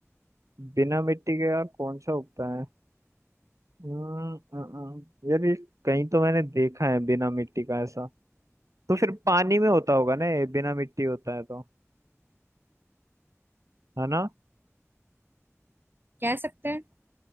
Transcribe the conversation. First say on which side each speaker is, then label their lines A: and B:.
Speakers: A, on the right; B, on the right.
A: बिना मिट्टी के यार कौन सा उगता है हम्म, अ, अ, यार ये कहीं तो मैंने देखा है बिना मिट्टी का ऐसा तो फिर पानी में होता होगा ना ये बिना मिट्टी होता है तो है ना
B: कह सकते हैं